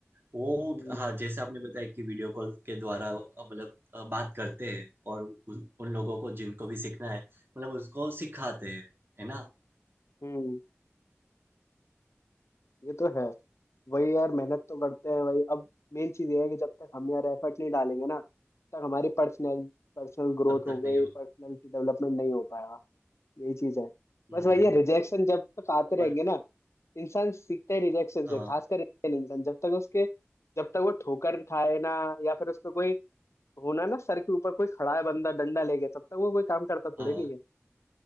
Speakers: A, on the right; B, on the left.
A: वो
B: हम्म
A: हाँ जैसे आपने बताया कि वीडियो कॉल के द्वारा अ, मतलब अ, बात करते हैं और उन उन लोगों को जिनको भी सीखना है मतलब उसको सिखाते हैं है ना
B: हम्म, ये तो है वही यार मेहनत तो करते हैं भाई अब मेन चीज ये है कि जब तक हम यार एफर्ट नहीं डालेंगे ना तब तक हमारी पर्सनल पर्सनल ग्रोथ
A: तब
B: हो
A: तक
B: गई
A: नहीं हो
B: पर्सनल डेवलपमेंट नहीं हो पाएगा यही चीज है
A: हम्म,
B: बस वही है रिजेक्शन जब तक आते रहेंगे
A: और
B: ना इंसान सीखता है रिजेक्शन
A: अ,
B: से खासकर इंडियन इंसान जब तक उसके जब तक वो ठोकर खाए ना या फिर उस पर कोई होना है ना सर के ऊपर कोई खड़ा है बंदा डंडा ले गया तब तक वो कोई काम करता
A: हाँ
B: थोड़ी नहीं है